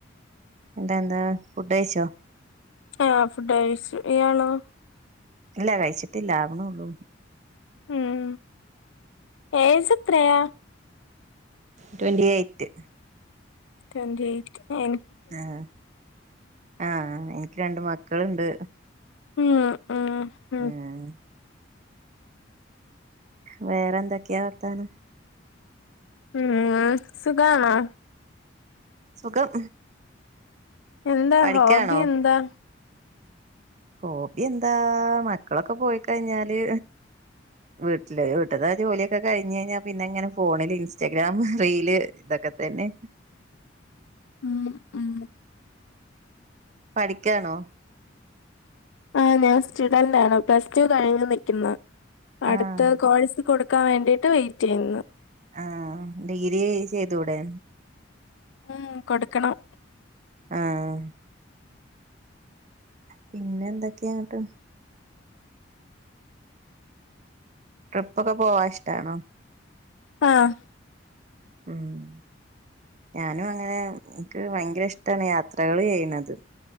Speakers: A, on the right (about 40°); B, on the left (about 80°).
A: ന്തെന്താ ഫുഡ് കയ്ച്ചോ
B: ആഹ് ഫുഡ് കയ്ച്ചു ഇയാളോ
A: ഇല്ല കഴിച്ചിട്ടില്ല ആവണുള്ളു
B: ഉം ഏജ് എത്രയാ
A: ട്വന്റി എയ്റ്റ്
B: ട്വൻി എയിറ്റ് എ
A: ആഹ് ആഹ് എനിക്ക് രണ്ട് മക്കള്ണ്ട്
B: ആഹ് ആഹ് ആഹ്
A: ഉം വേറെ എന്തൊക്കെയാ വർത്താനം
B: ഉം ആഹ് സുഖാണോ
A: സുഖം
B: എന്താ
A: പഠിക്കാണോ
B: ഹോബി എന്താ
A: ഹോബി എന്താ മക്കളൊക്കെ പോയി കഴിഞ്ഞാല് വീട്ടില് വീട്ട ആ ജോലിയൊക്കെ കഴിഞ്ഞ് കഴിഞ്ഞാൽ പിന്നെ ഇങ്ങനെ ഫോണില് ഇൻസ്റ്റാഗ്രാം റീല് ഇതൊക്കെ തന്നെ
B: ഉം ഉം
A: പഠിക്കാണോ
B: ആ ഞാൻ സ്റ്റുഡന്റ് ആണ് പ്ലസ് ടു കഴിഞ്ഞു നിക്കുന്ന് അടുത്ത
A: ആഹ്
B: കോഴ് കൊടുക്കാൻ വേണ്ടിട്ട് വെയിറ്റ് ചെയ്യുന്നു
A: ആഹ് ഡിഗ്രി ചെയ്തൂടെ
B: മ്മ് കൊടുക്കണം
A: ആഹ് പിന്നെ എന്തൊക്കെയന്നട്ട് ട്രിപ്പ് ഒക്കെ പോവാൻ ഇഷ്ടാണോ
B: ആഹ്
A: മ്മ് ഞാനും അങ്ങനെ എനിക്ക് ഭയങ്കര ഇഷ്ടമാണ് യാത്രകള് ചെയ്യണത്